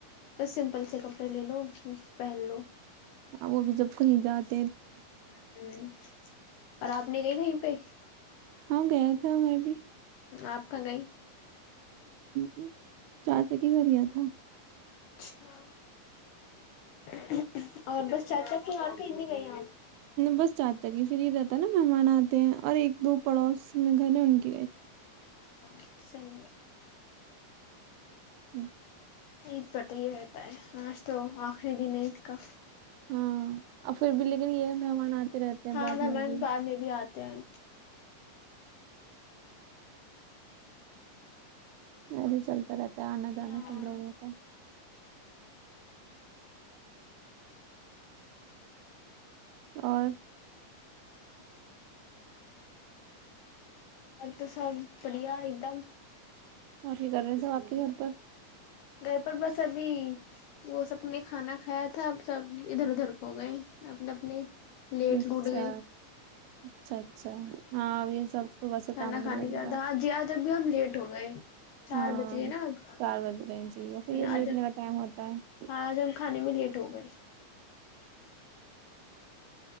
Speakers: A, on the left; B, on the right.
A: بس سمپل سے کپڑے لے لو پہن لو
B: ا وہ بھی جب کہیں جات
A: ہ اور آپ نے گئی کہیں پہ
B: ہاں گیا تھا میں بھی
A: آپ کہاں گئی
B: ہ چار چکی گھر ار کھ
A: اچھا <inaudible> اور بس چارچک کی اورار کہیں نہیں گئی ہیں
B: بس چانج تک ہی پھر ہی رہتا نا مہمان آتے ہیں اور ایک دو پڑوس میں گھر ان کے گئے تھے
A: اچھا صحیح ہے
B: ہوں
A: عید پر تو یہ رہتا ہے آج تو آخری دن عید کا
B: ہاں اور پھر بھی لیکن یہ مہمان آتے رہتے ہیں
A: ہاں
B: بعد
A: میں میم
B: بھی
A: بعد میں بھی آتی تے ہے
B: نہیں نہیں چلتا رہتا آنا جانا
A: ہاں
B: سب لوگوں کا اور
A: سل تو سب بڑھیا ایک دم
B: اور یہ کر رہے ہیں س آپ کے گھر پر
A: گھر پر بس ابھی وہ سب نے کھانا کھایا تھا اب سب ادھر ادھر ہو گئے اپنے اپنے لیٹ
B: اچھا
A: لوٹ گئے
B: اچھا اچھا ہاں سب صبح سے
A: کھانا
B: کام میں
A: کھانے
B: لگے
A: کا
B: گا
A: تھا جی اج جب بھی ہم لیٹ ہو گئے چار
B: ہاں
A: بج گئے نا اب
B: چار بجے رہیں ج ہے پھر یہ
A: آج
B: لیٹنے کا ٹائم ہوتا ہے
A: آج ہم کھانے میں لیٹ ہو گے